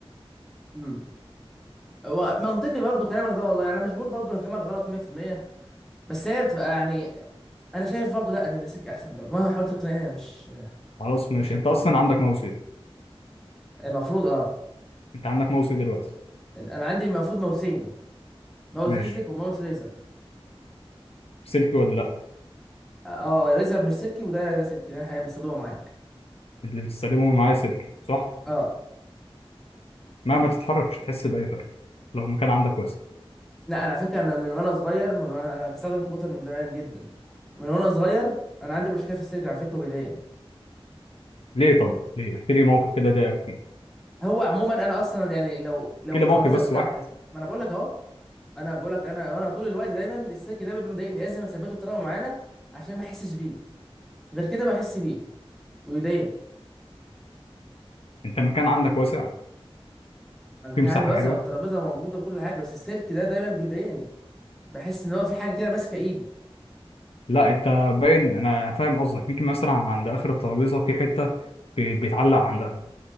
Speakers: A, in the centre; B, on the left.
A: امم هو منطقي برضه كلامك ده والله يعني انا مش بقول برضه ان كلامك غلط 100% بس هي بتبقى يعني انا شايف برضو لا ان الكلاسيك احسن برضو مهما حاولت تقنعني أنا مش
B: خلاص ماشي
A: مش هقتنع
B: انت اصلا
A: يعني
B: عندك ماوس ايه
A: المفروض اه
B: انت عندك ماوس ايه دلوقتي
A: انا عندي المفروض ماوسين ماوس
B: ماشي
A: لوجيتك وماوس ريزر
B: سلكي ولا لا
A: اه ريزر مش سلكي وده ده سلكي ده انا حاليا بستخدمه معاك
B: اللي بتستخدمه معايا سلكي صح
A: اه
B: مهما تتحرك مش هتحس باي فرق لو مكان عندك واسع
A: لا انا على فكره انا من وانا صغير من وانا انا بستخدم الكمبيوتر من زمان جدا من وانا صغير انا عندي مشكله في السلك على فكره وبيضايقني
B: ليه طب ليه احكي لي موقف كده ضايقك فيه
A: هو عموما انا اصلا يعني لو
B: احكي
A: لو
B: لي
A: الترابيزه
B: موقف بس
A: بتاعتك
B: واحد
A: ما انا بقول لك اهو انا بقول لك انا انا طول الوقت دايما السلك ده بيبقى مضايقني لازم اثبته بطريقه معينه عشان ما احسش بيه غير كده بحس بيه ويضايقني
B: انت مكان عندك واسع
A: أنا المكان
B: في مساحه
A: عندي واسع
B: حلوه
A: والترابيزه موجوده وكل حاجه بس السلك ده دايما بيضايقني بحس ان هو في حاجه كده ماسكه ايدي
B: لا انت باين انا فاهم قصدك يمكن مثلا عند اخر الترابيزه في حته بي- بيتعلق عندها